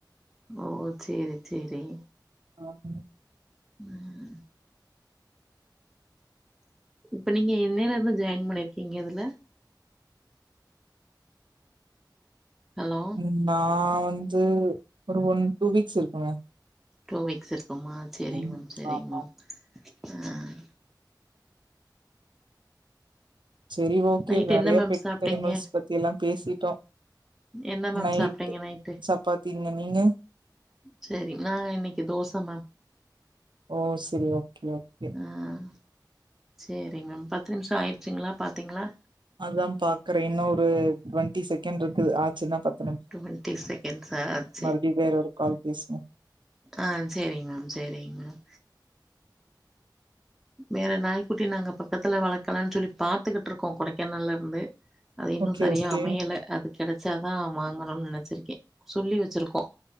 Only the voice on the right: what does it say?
ஆஹ்
உம் நா நா வந்து ஒரு ஒன் டூ வீக்ஸ் இருக்குங்க
ம்
ஆமா
சேரி ஓகே
நெறைய
பெட்
அணிமள்ஸ் பத்தில்லா பேசிட்டோ
நைட்டு்
சப்பாத்திங்கங் நீங்க
ஓ செரி ஓகே ஓகே
அதுதா பாக்குறே இன்னோ ஒரு டுவெண்டி செகண்ட் இருக்குது ஆச்சுன்னா பாத்
மறுபடியு வேற ஒரு கால் பேசுவோ
ஓகே
ஓகே